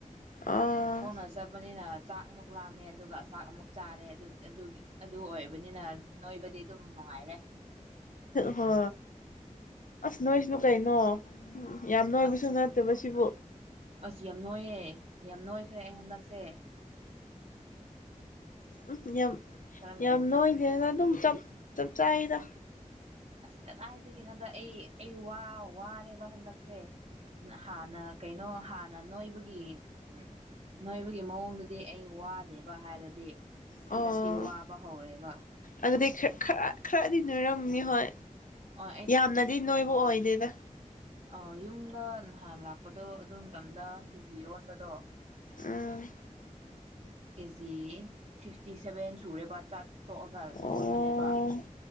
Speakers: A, on the left; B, on the right.
A: ꯑꯥ
B: ꯀꯣꯟꯁꯥꯕꯅꯤꯅ ꯆꯥꯛ ꯑꯃꯨꯛ ꯂꯥꯝꯃꯦ ꯑꯗꯨꯒ ꯆꯥꯛ ꯑꯃꯨꯛ ꯆꯥꯔꯦ ꯑꯗꯨ ꯑꯗꯨꯒꯤ ꯑꯗꯨ ꯑꯣꯏꯕꯅꯤꯅ ꯅꯣꯏꯕꯗꯤ ꯑꯗꯨꯝ ꯅꯨꯡꯉꯥꯏꯔꯦ
A: ꯍ ꯑꯁ ꯅꯣꯏ ꯏꯁꯅꯨ ꯀꯩꯅꯣ ꯌꯥꯝ ꯅꯣꯏꯕꯁꯨ
B: ꯑꯁ
A: ꯅꯠꯇꯕꯁꯤꯕꯨ
B: ꯑꯁ ꯌꯥꯝ ꯅꯣꯏꯌꯦꯦ ꯌꯥꯝ ꯅꯣꯏꯈ꯭ꯔꯦ ꯑꯩ ꯍꯟꯗꯛ ꯎꯆꯦ
A: ꯎꯝ ꯌꯥꯝ
B: ꯈꯔ ꯂꯩꯔꯗꯤ
A: ꯌꯥꯝ ꯅꯣꯏꯗꯦꯅ ꯑꯗꯨꯝꯞ ꯆ ꯆꯍꯤꯗ
B: ꯑꯁ ꯀꯗꯥꯏꯗꯒꯤꯅꯣꯗ ꯑꯩ ꯑꯩ ꯋꯥ ꯋꯥꯔꯦꯕ ꯍꯟꯗꯛꯁꯦ ꯍꯥꯟꯅ ꯀꯩꯅꯣ ꯍꯥꯟꯅ ꯅꯣꯏꯕꯒꯤ ꯒꯤ ꯎ ꯅꯣꯏꯕꯒꯤ ꯃꯑꯣꯡꯗꯨꯗꯤ ꯑꯩ ꯋꯥꯗꯦꯕ ꯍꯥꯏꯔꯗꯤ ꯍꯟꯗꯛꯇꯤ
A: ꯑꯣ
B: ꯋꯥꯕ ꯍꯧꯔꯦꯕ
A: ꯑꯗꯨꯗꯤ ꯈꯔ ꯈꯔ ꯈꯔꯗꯤ ꯅꯣꯏꯔꯝꯅꯤ ꯍꯣꯏ
B: ꯑꯣ
A: ꯌꯥꯝꯅꯗꯤ ꯅꯣꯏꯕꯨ ꯑꯣꯏꯗꯦꯗ
B: ꯑ ꯌꯨꯝꯗ ꯅꯍꯥꯟ ꯂꯥꯛꯄꯗꯣ ꯑꯗꯨ ꯃꯇꯝꯗ ꯀꯦꯖꯤ ꯌꯣꯟꯕꯗꯣ
A: ꯑ
B: ꯀꯦꯖꯤ ꯐꯤꯐꯇꯤ ꯁꯦꯚꯦꯟ ꯁꯨꯔꯦ ꯆꯥꯛ ꯇꯣꯛꯑꯒ
A: ꯑꯣ
B: ꯑꯣꯟꯕꯅꯦꯕ